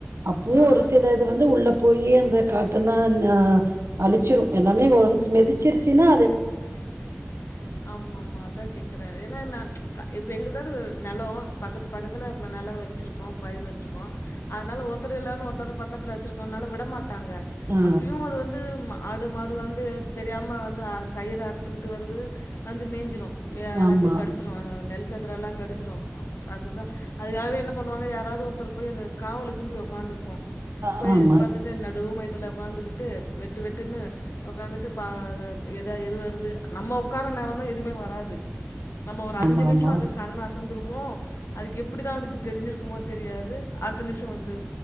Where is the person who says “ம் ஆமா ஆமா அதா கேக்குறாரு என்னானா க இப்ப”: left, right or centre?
Left